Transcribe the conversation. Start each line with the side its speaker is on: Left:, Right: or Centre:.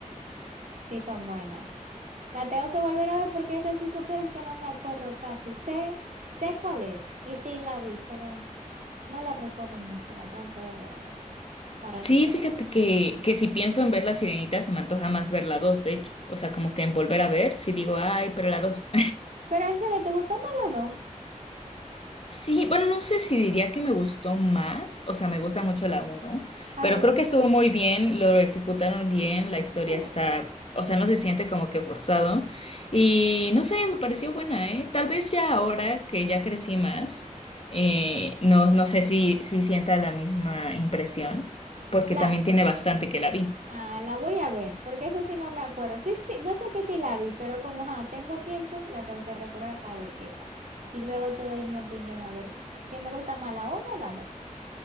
Right: sí son buenas. La tengo que volver a ver porque esa sí supieras que no me acuerdo casi. Sé, sé cuál es y sí la vi, pero no la recuerdo mucho. La tengo que volver a ver para
Left: Sí,
Right: recordar.
Left: fíjate que, que si pienso en ver La Sirenita, se me antoja más ver la dos, de hecho. O sea, como que en volver a ver, si digo, ay, pero la dos.
Right: Pero en serio, ¿te gustó más las dos?
Left: Sí, bueno, no sé si diría que me gustó más, o sea, me gusta mucho la uno,
Right: Ay,
Left: pero creo que estuvo muy bien, lo ejecutaron bien, la historia
Right: Sí,
Left: está, o sea, no se siente como que forzado y no sé, me pareció buena, ¿eh? Tal vez ya ahora que ya crecí más, eh, no, no sé si, si sienta la misma impresión, porque
Right: la,
Left: también tiene bastante que la vi.
Right: ah, la voy a ver, porque eso sí no me acuerdo. Sí, sí, yo sé que sí la vi, pero como ajá, tengo tiempo, la tengo que recordar a ver qué tal. Y luego te doy mi opinión a ver si me gusta más la uno o la dos.